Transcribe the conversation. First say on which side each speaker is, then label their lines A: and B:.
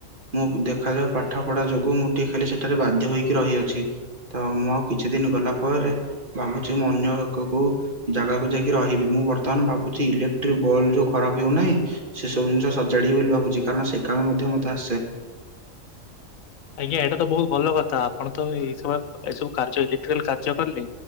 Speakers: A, on the right; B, on the left.
A: ମୁଁ ଦେଖାଯାଉ ପାଠ ପଢା ଯୋଗୁଁ ମୁଁ ଟିକେ ଖାଲି ସେଠାରେ ବାଧ୍ୟ ହୋଇକି ରହିଅଛି। ତ ମୁଁ ଆଉ କିଛି ଦିନ ଗଲା ପରେ ଭାବୁଛି ମୁଁ ଅନ୍ୟ ଏକକୁ ଜାଗାକୁ ଯାଇକି ରହିବି ମୁଁ ବର୍ତମାନ ଭାବୁଛି ଇଲେକ୍ଟ୍ରିକ ବଲ୍ ଯୋଉ ଖରାପ ହେଉନାହିଁ ସେ ସବୁ ଜିନିଷସ ସଜାଡ଼ିବି ବୋଲି ଭାବୁଛି କାରଣ ସେ କାମ ମଧ୍ୟ ମତେ ଆସେ।
B: ଆଜ୍ଞା ଏଇଟା ତ ବହୁତ ଭଲ କଥା ଆପଣ ତ ଏଇ ସୁ ଏ ସବୁ କାର୍ଯ୍ୟଇଲେକ୍ଟ୍ରିକାଲ କାର୍ଯ୍ୟ କଲେ